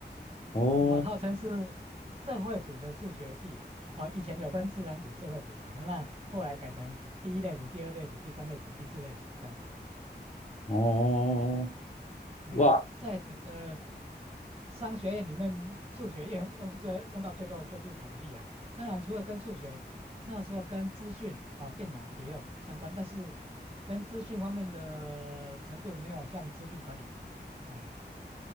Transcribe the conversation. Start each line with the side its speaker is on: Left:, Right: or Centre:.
Left: 哦
Right: 我们号称是社会组的数学系啊，哦，以前有分自然组、社会组嘛，那后来改成第一类组、第二类组、第三类组、第四类组这样子，
Left: 哦，
Right: 哎，
Left: 哇，
Right: 在整个商学院里面，数学用用最用到最多的就是统计啊。当然，除了跟数学，那时候跟资讯啊、电脑也有相关，但是跟资讯方面的程度没有像资讯管理，哎